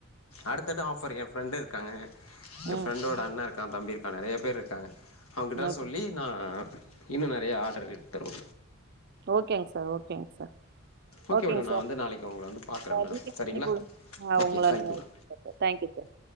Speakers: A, on the left; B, on the right.
A: அடுத்தடு ஆஃபர் ஏ ஃப்ரெண்டு இருக்காங்க எ
B: ம்
A: ஃப்ரெண்டோட அண்ண கா தம்பி இருக்கா நெறய பேர் இர்க்காங்க அவங்கிட்ட
B: ஓகே
A: சொல்லி நா இன்னு நெறைய ஆர்டர் இது தரு
B: ஓகேங் சார் ஓகேங் சார்
A: ஓகே
B: ஓகேங்க
A: மேடம்
B: சார்
A: நா வந்து நாளைக்கு உங்கள வந்து பாக்குறே மேடம்
B: நீங்க <unintelligible>
A: சரிங்களா ஓகே
B: உங்கள
A: தேங்க்யூ
B: நன்
A: மேம்
B: சார் தேங்க்யூ சார்